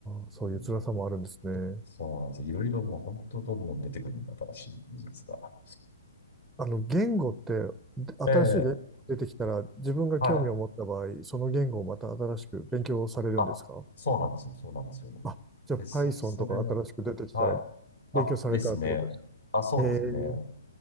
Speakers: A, in the centre; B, on the left (about 65°).
A: あ、そういう辛さもあるんですね。
B: うん、そうなんですよ。いろいろもう本当どんどん出てくるんで、新しい技術が。
A: あの、言語って、で新しい言語出てきたら、
B: ええ、
A: 自分が興味を持った場合、
B: はい。
A: その言語をまた新しく勉強されるんですか
B: あ、そうなんですよ。そうなんですよ。
A: あ、じゃあ
B: で、そ、
A: Python
B: それは、
A: とか新しく出てきたら、
B: はい。あ、
A: 勉強されたってことですか
B: ですね。あ、そうですね。
A: ええ